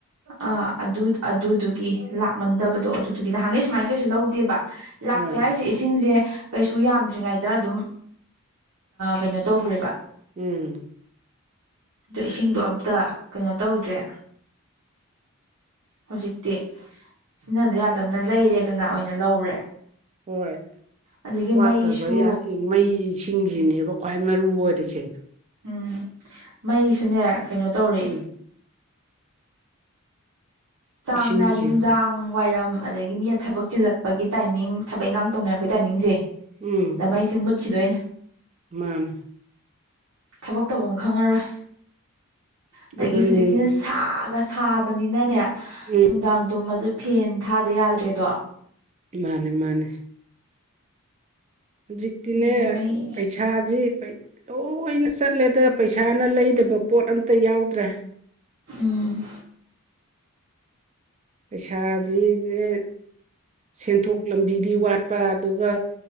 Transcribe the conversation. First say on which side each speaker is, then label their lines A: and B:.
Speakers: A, on the right (about 70°); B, on the right (about 30°).
A: ꯑ ꯑꯗꯨ ꯑꯗꯨꯗꯨꯒꯤ ꯂꯥꯛ ꯃꯟꯗꯕꯗꯣ ꯑꯗꯨꯗꯨꯒꯤ ꯅꯍꯥꯟꯒꯩ ꯁꯨꯃꯥꯏꯅ ꯀꯩꯁꯨ ꯂꯧꯗꯦꯕ ꯂꯥꯛꯇꯦ
B: ꯍꯣꯏ
A: ꯍꯥꯏꯁꯦ ꯏꯁꯤꯡꯁꯦ ꯀꯩꯁꯨ ꯌꯥꯝꯗ꯭ꯔꯤꯉꯩꯗ ꯑꯗꯨꯝ ꯀꯩꯅꯣ ꯇꯧꯒ꯭ꯔꯦꯕ
B: ꯎꯝ
A: ꯑꯗꯨ ꯏꯁꯤꯡꯗꯣ ꯑꯝꯇ ꯀꯩꯅꯣ ꯇꯧꯗ꯭ꯔꯦ ꯍꯧꯖꯤꯛꯇꯤ ꯁꯤꯅꯗ ꯌꯥꯗꯝꯅꯤꯅ ꯂꯩꯔꯦꯗꯅ ꯑꯣꯏꯅ ꯂꯧꯔꯦ
B: ꯍꯣꯏ
A: ꯑꯗꯒꯤ
B: ꯋꯥꯠꯇꯕ
A: ꯃꯩꯁꯨ
B: ꯌꯥꯏ ꯃꯩ ꯏꯁꯤꯡꯁꯤꯅꯦꯕ ꯈ꯭ꯋꯥꯏ ꯃꯔꯨ ꯑꯣꯏꯔꯤꯁꯦ
A: ꯎꯝ ꯃꯩꯁꯨꯅꯦ ꯀꯩꯅꯣ ꯇꯧꯔꯦ
B: ꯎꯝ
A: ꯆꯥꯡ
B: ꯏꯁꯤꯡꯁꯤ
A: ꯅꯥꯏꯗꯦ ꯅꯨꯡꯗꯥꯡ ꯋꯥꯏꯔꯝ ꯑꯗꯒꯤ ꯃꯤꯅ ꯊꯕꯛ ꯆꯤꯜꯂꯛꯄꯒꯤ ꯇꯥꯏꯃꯤꯡ ꯊꯕꯛ ꯏꯟꯈꯥꯡ ꯇꯧꯅꯔꯛꯄꯒꯤ ꯇꯥꯏꯃꯤꯡꯁꯦ
B: ꯎꯝ
A: ꯗ ꯃꯩꯁꯦ ꯃꯨꯠꯈꯤꯗꯣꯏꯅꯦ
B: ꯃꯥꯅꯦ
A: ꯊꯕꯛ ꯇꯧꯕꯝ ꯈꯪꯉꯔꯣꯏ ꯑꯗꯒꯤ
B: ꯑꯗꯨꯅꯤ
A: ꯍꯧꯖꯤꯛꯁꯦ ꯁꯥꯒ ꯁꯥꯕꯅꯤꯅꯅꯦ
B: ꯎꯝ
A: ꯅꯨꯡꯗꯥꯡ ꯇꯨꯝꯃꯁꯨ ꯐꯦꯟ ꯊꯥꯗ ꯌꯥꯗ꯭ꯔꯦꯗꯣ
B: ꯃꯥꯅꯦ ꯃꯥꯅꯦ ꯖꯤꯛꯇꯤꯅꯦ
A: ꯑꯗꯨꯅꯦ ꯃꯩ
B: ꯄꯩꯁꯥ ꯄꯩꯁꯥꯁꯤ ꯂꯣꯏꯅ ꯆꯠꯂꯦꯗ ꯄꯩꯁꯥꯅ ꯂꯩꯗꯕ ꯄꯣꯠ ꯑꯝꯇ ꯌꯥꯎꯗ꯭ꯔꯦ
A: ꯎꯝ
B: ꯄꯩꯁꯥꯁꯤꯅꯦ ꯁꯦꯟꯊꯣꯛ ꯂꯝꯕꯤꯗꯤ ꯋꯥꯠꯄ ꯑꯗꯨꯒ